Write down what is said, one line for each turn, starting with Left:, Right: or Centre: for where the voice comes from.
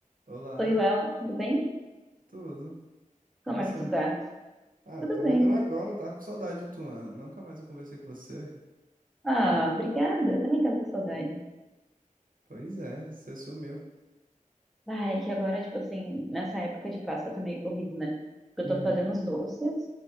Right: Olá,
Centre: Oi, Léo, tudo bem?
Right: tudo?
Centre: Como
Right: E você?
Centre: é que tu tá?
Right: Ah,
Centre: Tudo
Right: tô
Centre: bem.
Right: melhor agora, eu tava com saudade de tu, Ana. Nunca mais eu conversei com você.
Centre: Ah, obrigada. também tava com saudade.
Right: Pois é, você sumiu.
Centre: Ai, que agora, tipo assim, nessa época de Páscoa tá meio corrido, né? Porque
Right: Uhum,
Centre: eu tô fazendo os doces